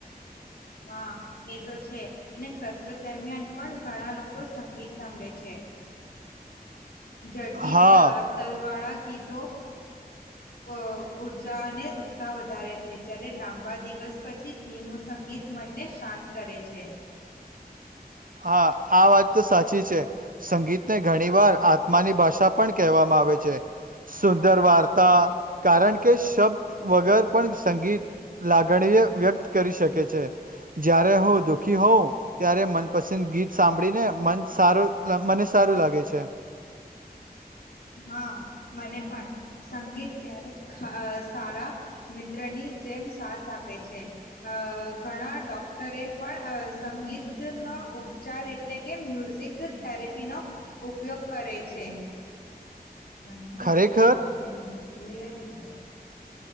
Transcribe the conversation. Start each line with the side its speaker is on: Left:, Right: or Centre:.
Left: હા એ તો છે અને કસરત દરમિયાન પણ ઘણા લોકો સંગીત સાંભળે છે. ઝડપી
Right: હા
Left: તલવાડા કી તો ઉઊર્જા અને ઉત્સાહ વધારે છે જ્યારે લાંબા દિવસ પછી. ધીમું સંગીત મનને શાંત કરે છે.
Right: હા આ વાત તો સાચી છે. સંગીત ને ઘણી વાર આત્માની ભાષા પણ કહેવામાં આવે છે સુંદર વાર્તા કારણ કે શબ્દ વગર પણ સંગીત લાગણીય વ્યક્ત કરી શકે છે જ્યારે હું દુઃખી હોઉં ત્યારે મન પસિંદ ગીત સાંભળી ને મ સારો મને સારું લાગે છે.
Left: હા મને પણ સંગીત ક્યારેક સારા મિત્રની જેમ સાથ આપે છે અ ઘણા ડોક્ટરે પણ સંગીતનો ઉપચાર એટલે કે મ્યુઝિક થેરેપીનો ઉપયોગ કરે છે. <inaudible>
Right: ખરેખર